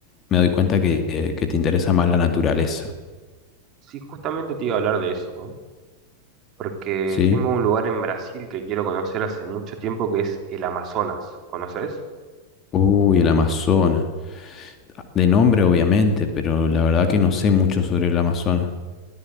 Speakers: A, on the left; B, on the right.
A: me doy cuenta que, eh, que te interesa más la naturaleza.
B: Sí, justamente te iba a hablar de eso, ¿no? Porque
A: Sí.
B: tengo un lugar en Brasil que quiero conocer hace mucho tiempo que es el Amazonas. ¿Conoces?
A: Uy, el Amazonas. De nombre, obviamente, pero la verdad que no sé mucho sobre el Amazonas.